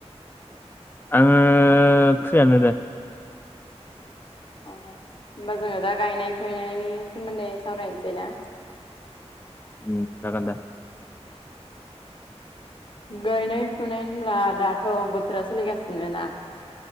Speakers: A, on the left; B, on the left.
A: आङो फ्रियानो दा।
B: अ। होमबा जोङो दा गायनाय-फुनायनि सोमोन्दै सावरायनोसै ना?
A: उम जागोन दे।
B: गायनाय-फुनाय होनब्ला दाथ' बोथोरा सोलिगासिनो ना।